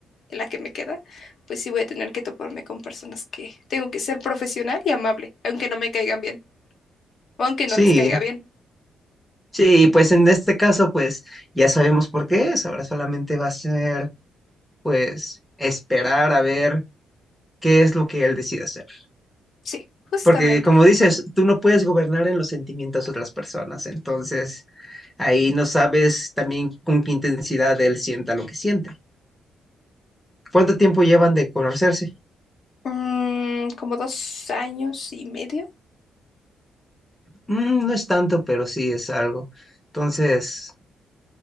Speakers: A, on the left; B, in the centre.
A: en la que me queda, pues sí voy a tener que toparme con personas que tengo que ser profesional y amable, aunque no me caigan bien, o aunque no
B: Sí,
A: les caiga bien.
B: sí, pues en este caso, pues ya sabemos por qué es. Ahora solamente va a ser, pues, esperar a ver qué es lo que él decide hacer.
A: Sí, justamente.
B: Porque como dices, tú no puedes gobernar en los sentimientos de otras personas. Entonces, Ahí no sabes también con qué intensidad él sienta lo que siente. ¿Cuánto tiempo llevan de conocerse?
A: Mm, como dos años y medio.
B: Mm, no es tanto, pero sí es algo. Entonces,